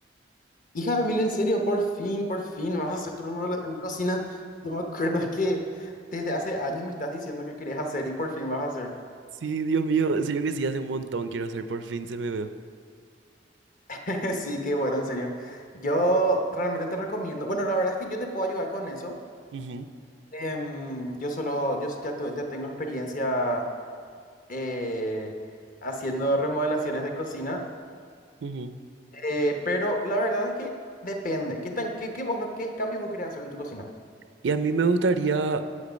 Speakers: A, on the left (about 50°); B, on the right (about 80°).
A: Hija de mil, en serio, por fin, por fin vas a hacer tu remodelación de cocina. No me acuerdo que desde hace años me estás diciendo que querías hacer y por fin vas a hacer.
B: Sí, Dios mío, en serio que sí, hace un montón quiero hacer, por fin se me veo.
A: <laughs> Sí, qué bueno, en serio. Yo realmente te recomiendo. Bueno, la verdad es que yo te puedo ayudar con eso.
B: Ujú,
A: Em, yo solo, yo ya, tuve- ya tengo experiencia eh, haciendo remodelaciones de cocina,
B: ujú.
A: eh, pero la verdad es que depende. ¿Qué tan, qué, qué vos, lo, qué cambios vos querés hacer en tu cocina?
B: Y a mí me gustaría